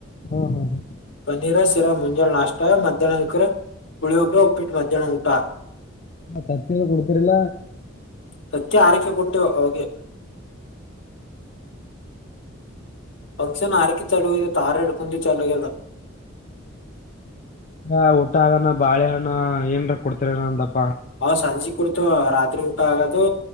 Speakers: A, on the left (about 40°); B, on the left (about 65°).
A: ಹ್ಮ ಹ್ಮ ಹ್ಮ್.
B: ಪನ್ನೀರ ಸಿಿರಾ ಮುಂಜಾಳು ನಾಷ್ಟ ಮಧ್ಯಾಹ್ನಕ್ರ ಪುಳಿಯೋಗ್ರ ಉಪ್ಪಿಟ್ಟು ಮಧ್ಯಾಹ್ನ ಊಟ.
A: ಹ ತಪ್ಪಾಗ ಕೊತರಲ.
B: ಸತ್ಯ ಆರಕ್ಕ ಕುಟ್ಟ ಓೋಗೆ. ಫಂಕ್ಷನ್ ಆರಕ ಚಾಲಲುತ್ತು ಆರರಡು ಪಂಜೆ ಚಲು ಆದ.
A: ಹ ಊಟ ಆಗನ ಬಾಳೆಹಣ್ಣ ಏನ್ ಕೊಡ್ತರ ಅಪ್ಪ.
B: ಹ ಸಂಜೆ ಕುಡ್ತು ರಾತ್ರಿ. ಆಗದು